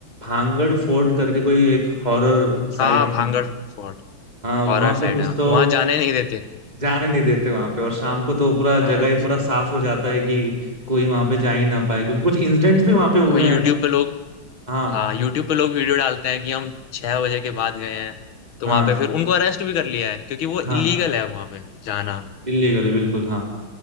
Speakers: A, on the right; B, on the left.
A: भांगड़ फोर्ट करके कोई एक हॉरर साइट
B: हाँ हाँ, भांगड़
A: था
B: फोर्ट
A: हाँ वहां
B: हॉरर साइड
A: पे कुछ
B: है
A: तो
B: वहां जाने नहीं देते
A: जाने नहीं देते वहां पे और शाम को तो पूरा
B: हाँ
A: जगह ही पूरा साफ हो जाता है कि कोई वहां पे जा ही ना पाए क्योंकि कुछ इंसिडेंट्स भी वहां पे हुए
B: और यूट्यूब
A: हैं
B: पे लोग
A: हाँ
B: हाँ यूट्यूब पे लोग वीडियो डालते हैं कि हम छह बजे के बाद गए हैं तो
A: हाँ
B: वहां पे फिर उनको अरेस्ट भी कर लिया है क्योंकि वो
A: हाँ
B: इलीगल है वहां पे जाना
A: इलीगल बिल्कुल हाँ